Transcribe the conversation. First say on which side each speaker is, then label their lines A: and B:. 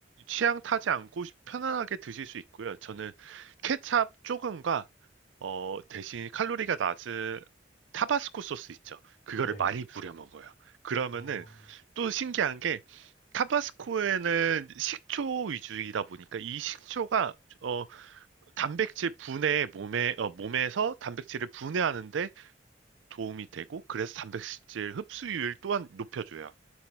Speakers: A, on the right; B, on the left.
A: 취향 타지 않고 편안하게 드실 수 있고요. 저는 케찹 조금과 어, 대신 칼로리가 낮은 타바스코 소스 있죠. 그거를
B: 네.
A: 많이 뿌려 먹어요. 그러면은
B: 아, 어,
A: 또 신기한 게 타바스코에는 식초 위주이다 보니까 이 식초가 어, 단백질 분해 몸에 어, 몸에서 단백질을 분해하는데 도움이 되고 그래서 단백질 흡수율 또한 높여줘요.